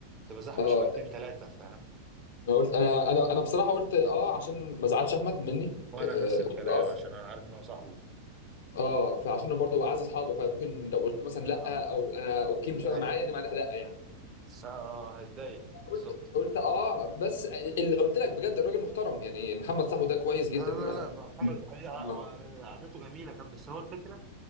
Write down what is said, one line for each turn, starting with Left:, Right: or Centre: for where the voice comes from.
Right: تبقى زحمه
Left: اه
Right: شويتين ثلاثه فاهم
Left: انا قلت انا انا انا بصراحه قلت اه عشان ما ازعلش احمد مني
Right: وانا
Left: آه،
Right: نفس
Left: قلت
Right: الكلام
Left: اه
Right: عشان انا عارف ان هو صاحبه
Left: اه فعشان برضه هو عايز اصحابه فممكن لو قلت له مثلا
Right: اه
Left: لا او انا اوكي
Right: اتضايق
Left: مش فارقه معايا دي معناها لا يعني
Right: اه آه، هيتضايق بالظبط
Left: قلت قلت اه بس اللي قلت لك بجد الراجل محترم يعني محمد صاحبه ده كويس جدا
Right: لا
Left: انا
Right: لا لا ب- محمد ابو حميد ع-
Left: اه
Right: قعدته جميله كان بس هو الفكره